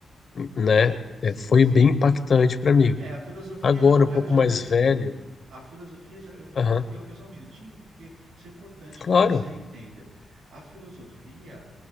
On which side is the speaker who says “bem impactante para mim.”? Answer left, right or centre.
Left